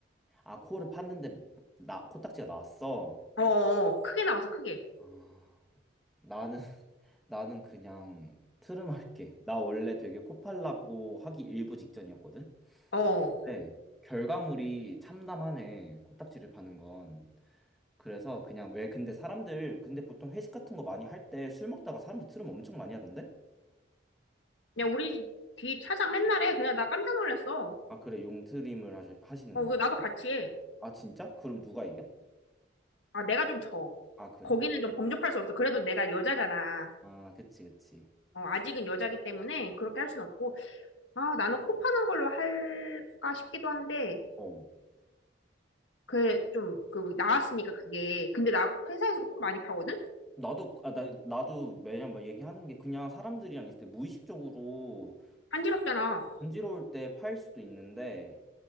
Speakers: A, in the centre; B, on the left.
A: 아, 코를 팠는데, 나, 코딱지가 나왔어?
B: 어어, 크게 나왔어, 크게.
A: 아, 나는, <laughs> 나는 그냥 트름할게. 나 원래 되게 코 팔라고 하기 일부 직전이었거든?
B: 어, 어.
A: 네. 결과물이 참담하네. 코딱지를 파는 건. 그래서 그냥 왜 근데 사람들 근데 보통 회식 같은 거 많이 할 때 술 먹다가 사람들 트름 엄청 많이 하던데?
B: 그냥 우리 뒤 차장 맨날 해. 그냥 나 깜짝 놀랐어.
A: 아, 그래. 용트림을 하시, 하시는
B: 어,
A: 거야?
B: 그 나도 같이 해.
A: 아, 진짜? 그럼 누가 이겨?
B: 아, 내가 좀 져.
A: 아, 그래?
B: 거기는
A: 네.
B: 좀 범접할 수 없어. 그래도 내가 여자잖아.
A: 아, 그치, 그치.
B: 어, 아직은 여자기 때문에 그렇게 할 순 없고. 아, 나는 코 파는 걸로 할까 싶기도 한데,
A: 어.
B: 그, 좀, 그, 나왔으니까 그게. 근데 나 회사에서도 코 많이 파거든?
A: 나도, 아, 나, 나도 매년 막 얘기하는 게 그냥 사람들이랑 있을 때 무의식적으로
B: 간지럽잖아.
A: 간지러울 때 팔 수도 있는데,